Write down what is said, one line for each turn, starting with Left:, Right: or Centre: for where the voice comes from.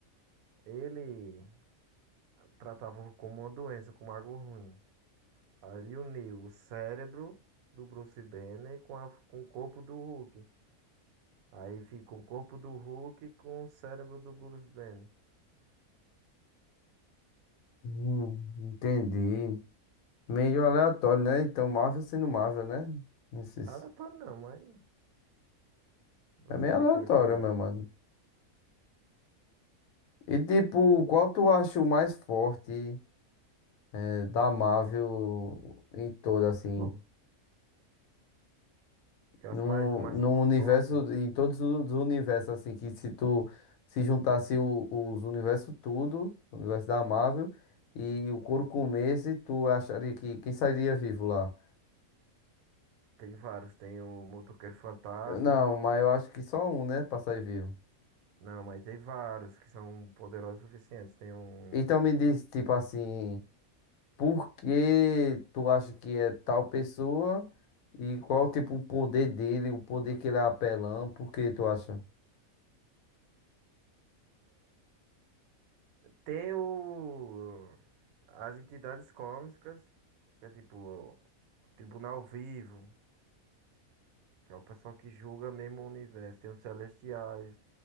Right: Ele tratava o Hulk como uma doença, como algo ruim. Ali uniu o cérebro do Bruce Banner com, a... com o corpo do Hulk. Aí fica o corpo do Hulk com o cérebro do Bruce Banner.
Left: Hum, entendi, Meio aleatório, né? Então, Marvel sendo Marvel, né? Esses...
Right: Aleatório não, mas
Left: É
Right: fazer
Left: meio
Right: o que?
Left: aleatório,
Right: Quero que tinha.
Left: meu mano. E tipo, qual tu acha o mais forte eh, da Marvel em todo, assim?
Right: Hum. Que é
Left: No,
Right: os mais, mais
Left: no universo,
Right: forte.
Left: em todos os universos, assim, que se tu se juntasse o- os universos tudo, o universo da Marvel, e o couro comesse, tu acharia que quem sairia vivo lá?
Right: Tem vários. Tem o Motoqueiro Fantasma.
Left: Eu- Não, mas eu acho que só um, né, pra sair vivo.
Right: Não, mas tem vários que são poderosos o suficientes. Tem um.
Left: Então me diz, tipo assim. por que tu acha que é tal pessoa e qual tipo o poder dele, o poder que ele é apelão, por que tu acha?
Right: Tem o. As entidades cósmicas. Que é tipo. O Tribunal Vivo. Que é o pessoal que julga mesmo o universo. Tem os Celestiais.